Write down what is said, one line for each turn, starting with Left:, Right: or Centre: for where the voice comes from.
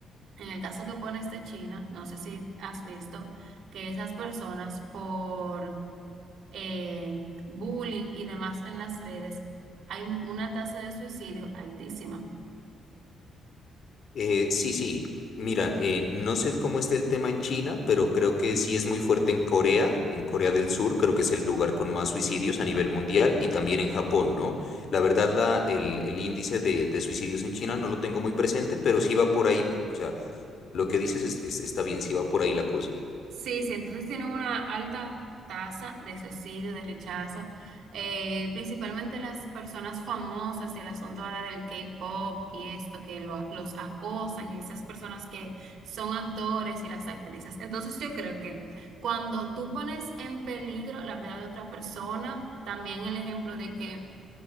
Right: en el caso que pones de China, no sé si has visto que esas personas por eh, bullying y demás en las redes, hay una tasa de suicidio altísima.
Left: Eh, sí, sí. Mira, eh, no sé cómo está el tema en China, pero creo que sí es muy fuerte en Corea, en Corea del Sur, creo que es el lugar con más suicidios a nivel mundial y también en Japón, ¿no? La verdad, la, el, el índice de, de suicidios en China no lo tengo muy presente, pero sí va por ahí, o sea, lo que dices es- es- está bien, sí va por ahí la cosa.
Right: Sí, sí, entonces tienen una alta tasa de suicidio, de rechazo, Eh, principalmente las personas famosas, el asunto ahora del K-pop y esto, que lo- los acosan, y esas personas que son actores y las actrices. Entonces yo creo que cuando tú pones en peligro la vida de otra persona, también el ejemplo de que